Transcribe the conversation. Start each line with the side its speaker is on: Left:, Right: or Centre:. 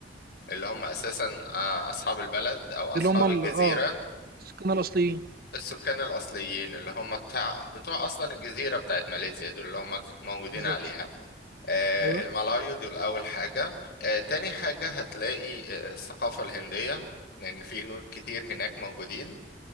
Left: اللي هم اساسا آه، اصحاب البلد او اصحاب
Right: اللي هم ال-
Left: الجزيره
Right: اه السكان الاصليين
Left: السكان الأصليين اللي هم بتاع بتوع أصلا الجزيرة بتاعت ماليزيا دول اللي هم موجودين
Right: بالظبط
Left: عليها آه،
Right: ايوه
Left: الملايو دول أول حاجة آه، تاني حاجة هتلاقي آه، الثقافة الهندية لأن في هنود كتير هناك موجودين